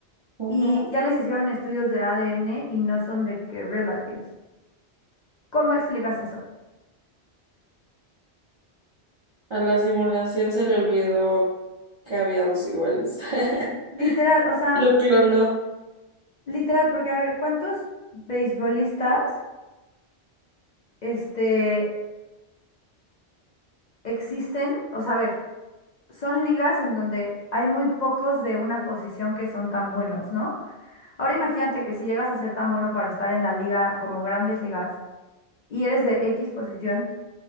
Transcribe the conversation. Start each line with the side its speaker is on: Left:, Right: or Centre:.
Right: ujú.
Left: y ya les hicieron estudios de ADN y no son de que relatives. ¿Cómo explicas eso?
Right: A la simulación se le olvidó que había dos iguales. <laughs>
Left: Literal, o sea,
Right: Lo clonó.
Left: literal, porque a ver, ¿cuántos beisbolistas este, existen? O sea, a ver, son ligas en donde hay muy pocos de una posición que son tan buenos, ¿no? Ahora imagínate que si llegas a ser tan bueno para estar en la liga como grandes ligas y eres de X posición,